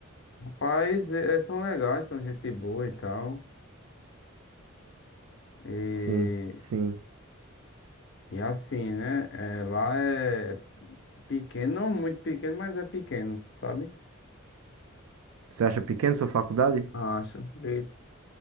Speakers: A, on the left; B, on the right.
A: Rapaz, é, é, são legais, são gente boa e tal. E,
B: Sim, sim.
A: e assim, né? é, lá é pequeno, não muito pequeno, mas é pequeno, sabe?
B: Você acha pequena a sua faculdade?
A: Acho. E,